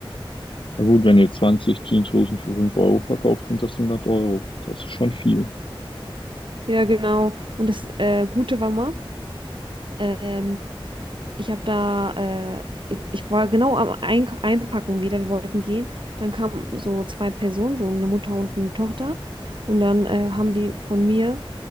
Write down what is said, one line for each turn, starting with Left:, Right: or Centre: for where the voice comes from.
Left: Na gut, wenn ihr 20 Jeanshosen für 5 Euro verkauft, sind das hundert Euro. Das ist schon viel.
Right: Ja, genau. Und das äh, Gute war mal, ähm, ich habe da, äh, ich, ich war genau am Eink Einpacken wieder, wir wollten gehen. Dann kamen so zwei Personen, so eine Mutter und eine Tochter. Und dann äh, haben die von mir